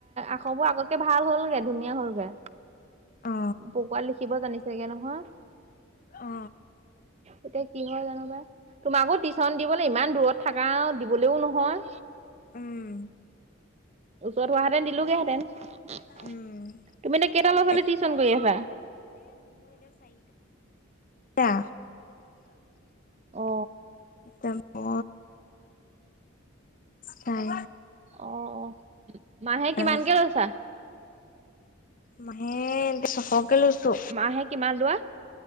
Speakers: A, on the right; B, on the left.
A: আখবোৰ আগতকে ভাল হ'লগে ধুনীয়া হ'লগে।
B: অ
A: পকোৱা লিখিব জানি চাগে নহয়।
B: অ।
A: এতিয়া কি হয় জানো বা তোমাকো টিউচন দিবলৈ ইমান দূৰত থাকা দিবলেও নহয়।
B: উম।
A: ওচৰত হোৱাহেঁতেন দিলোগেহেঁতেন। তুমি
B: উম
A: এতিয়া কেইটা ল'ৰা-ছোৱালী
B: তাকে
A: টিউচন কৰি আছা।
B: তা
A: অ
B: <inaudible> তাই।
A: অ' মাহে কিমানকে
B: গৈছে
A: লৈছা।
B: মাহে এয়া ছশকে লৈছো।
A: মাহে কিমান লোৱা